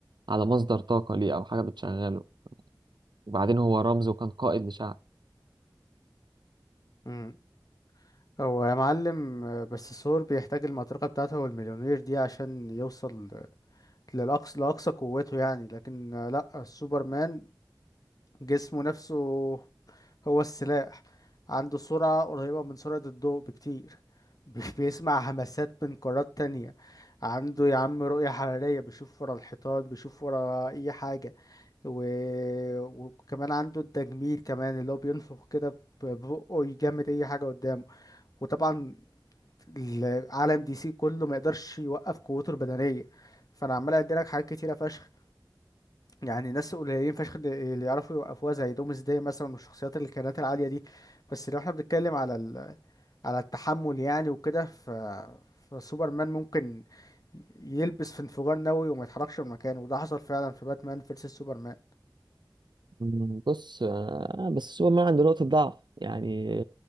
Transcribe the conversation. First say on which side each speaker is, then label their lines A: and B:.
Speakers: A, on the right (about 70°); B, on the left (about 50°).
A: على مصدر طاقة ليه أو حاجة بتشغله وبعدين هو رمز وكان قائد لشعب
B: مم. هو يا معلم آه، بس الثور بيحتاج المطرقة بتاعته والمليونير دي عشان يوصل للأقصى لأقصى قوته يعني لكن آه، لأ السوبرمان جسمه نفسه هو السلاح عنده سرعة قريبة من سرعة الضوء بكتير <laughs> بي- بيسمع همسات من قارات تانية عنده يا عم رؤية حرارية بيشوف ورا الحيطان بيشوف ورا أي حاجة و... وكمان عنده التجميد كمان اللي هو بينفخ كده ب- ببقه يجمد أي حاجة قدامه وطبعا العالم دي سي كله ما يقدرش يوقف قوته البدنيه فانا عمال ادي لك حاجات كتيره فشخ يعني ناس قليلين فشخ اللي اللي يعرفوا يوقفوها زي دومز داي مثلا والشخصيات اللي كانت العاليه دي بس لو احنا بنتكلم على ال... على التحمل يعني وكده ف فسوبرمان ممكن يلبس في انفجار نووي وما يتحركش من مكانه وده حصل فعلا في باتمان فيرسس سوبرمان
A: مم، بص آه، بس سوبرمان عنده نقطة ضعف يعني